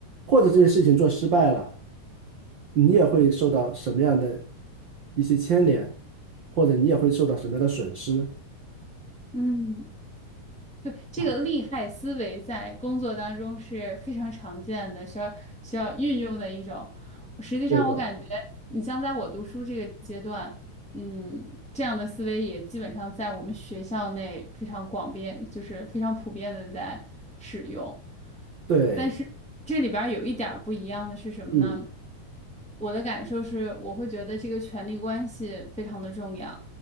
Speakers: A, on the right; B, in the centre.
A: 或者这件事情做失败了，你也会受到什么样的一些牵连，或者你也会受到什么样的损失
B: 嗯，对，这个利害思维在工作当中是非常常见的，
A: 啊？
B: 需要需要运用的一种。实际上，
A: 对的，
B: 我感觉你像在我读书这个阶段，嗯，这样的思维也基本上在我们学校内非常广遍，就是非常普遍的在使用。
A: 对，
B: 但是这里边儿有一点儿不一样的是什么呢？
A: 嗯。
B: 我的感受是，我会觉得这个权力关系非常的重要。